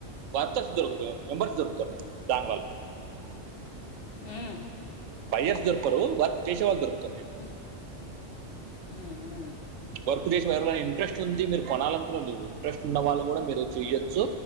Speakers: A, on the right; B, on the left.
A: వర్కర్స్ దొరకరు మెంబర్స్ దొర్కుతరు నీకు దాన్వల్ల
B: మ్
A: బయర్స్ దొర్కరు వర్క్ జేసేవాల్ దొరుక్తరు నీకు
B: ఉ ఊ మ్
A: వర్క్ జేసే వెరె వ ఇంట్రెస్ట్ ఉంది మీర్ కొనాలన్కునొలు ఇంట్రెస్ట్ ఉన్న వాళ్ళు గూడ మీరు చెయ్యొచ్చు